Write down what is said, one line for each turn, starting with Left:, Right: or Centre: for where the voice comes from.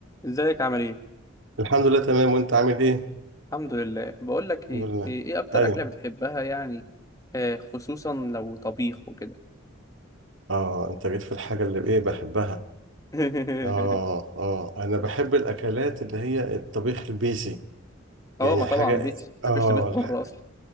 Left: ازيك عامل ايه
Right: الحمد لله تمام وانت عامل ايه
Left: الحمد لله بقول لك
Right: الحمد
Left: ايه
Right: لله
Left: ايه إيه اكتر
Right: ايوه
Left: اكله بتحبها يعني آه خصوصا لو طبيخ وكده
Right: اه انت جيت في الحاجه اللي ايه بحبها
Left: <laughs>
Right: اه اه انا بحب الاكلات اللي هي الطبيخ البيسي
Left: اه
Right: يعني
Left: ما
Right: الحاجه
Left: طبعا بيتي
Right: اه
Left: ما فيش طبيخ
Right: الح...
Left: بره اصلا